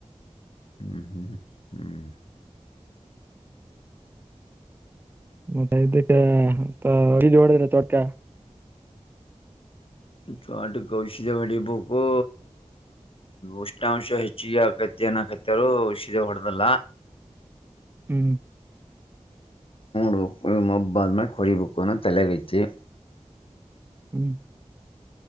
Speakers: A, on the left; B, on the right.
A: ಹ್ಮ್ ಹ್ಮ್ ಹ್ಮ್ ಹ್ಮ್
B: ಮತ್ತೆ ಇದಕ್ಕೆ ಮಜಡದಿಲ್ಲ ತೋಟಕ
A: ತೋಟಕ್ಕೆ ಔಷಧಿ ಹೊಡಿಬೇಕು ಉಷ್ಣಾಂಶ ಹೆಚ್ಚಿಗೆ ಆಕತ್ತನಕತ್ತಾರರು ಔಷಧಿ ಹೊಡೆದಲ್ಲ
B: ಹ್ಮ್.
A: ನೋಡ್ ಮಬ್ಬ ಆದ್ಮೇಲೆ ಕೊಡಿಬೇಕು ಅಂದ ತಲೆಗೈತಿ
B: ಹ್ಮ್.